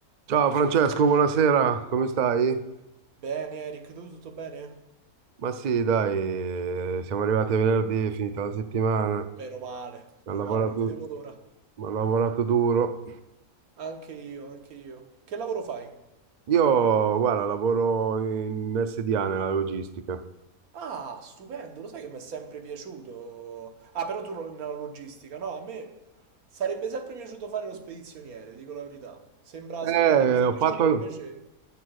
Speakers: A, on the right; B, on the right.
A: Ciao Francesco, buonasera, come stai?
B: Bene Eric, tu tutto bene?
A: Ma sì, dai, eh, siamo arrivati a venerdì, è finita la settimana,
B: Meno male, meno
A: ho lavorato,
B: male, non vedevo l'ora.
A: ho lavorato duro.
B: Anche io, anche io. Che lavoro fai?
A: Io, guarda, lavoro in SDA nella logistica.
B: Ah, stupendo, lo sai che mi è sempre piaciuto. Ah, però tu non nella logistica, no? A me sarebbe sempre piaciuto fare lo spedizioniere, dico la verità. Sembra,
A: Eh,
B: sembra una presa
A: ho
B: in
A: fatto,
B: giro, invece